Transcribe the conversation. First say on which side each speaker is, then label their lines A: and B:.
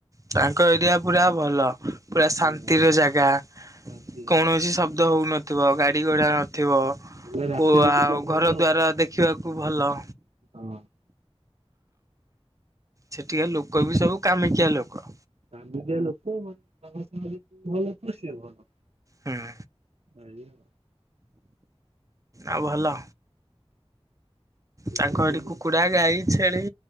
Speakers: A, on the right; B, on the right.
A: ତାଙ୍କ ଏରିଆ ପୁରା ଭଲ ପୁରା ଶାନ୍ତିର
B: ହଁ
A: ଜାଗା
B: ଶାନ୍ତି ଜାଗା।
A: କୌଣସି ଶବ୍ଦ ହଉନଥିବ ଗାଡି ଗାଡି ଗୁଡା
B: ହଁ
A: ନଥିବ କ
B: ହେଲେ ରାତିରେ
A: ଆଉ
B: ଟିକେ ଭୟ
A: ଘର ଦ୍ୱାର ଦେଖିବାକୁ ଭଲ
B: ଅହୋ <inaudible>
A: ସେଠିକାର ଲୋକ ବି ସବୁ କାମିକିଆ ଲୋକ
B: କାମିକିଆଲୋକ ମାନେ ଭଲ ତ ସେ ଭଲ <unintelligible>
A: ହଁ
B: ଆଜ୍ଞା
A: ଆଉ ଭଲ ତାଙ୍କ
B: ହଁ
A: ଏଠି କୁକୁଡା ଗାଈ ଛେଳି